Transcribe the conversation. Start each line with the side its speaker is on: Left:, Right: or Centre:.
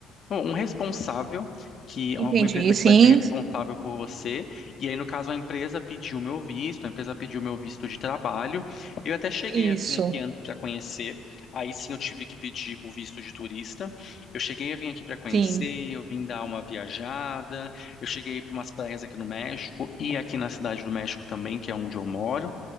Left: Bom, um responsável, que é
Right: Entendi,
Left: uma empresa que
Right: sim,
Left: vai ser responsável por você. E aí, no caso, a empresa pediu meu visto, a empresa pediu meu visto de trabalho. Eu até cheguei
Right: isso,
Left: a vir aqui antes para conhecer. Aí sim eu tive que pedir o visto de turista. Eu cheguei a vir aqui para conhecer,
Right: sim.
Left: eu vim dar uma viajada. Eu cheguei para umas praias aqui no México e aqui na cidade do México também, que é onde eu moro.